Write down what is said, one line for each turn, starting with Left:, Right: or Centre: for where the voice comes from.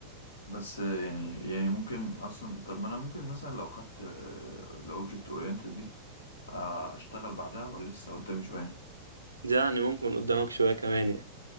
Left: بس آه، يعني يعني ممكن اصلا طب ما انا ممكن مثلا لو خدت الاوبجكت اورينتد دي آه، اشتغل بعدها ولا لسه قدامي شوية
Right: ده يعني ممكن قدامك شوية كمان يعني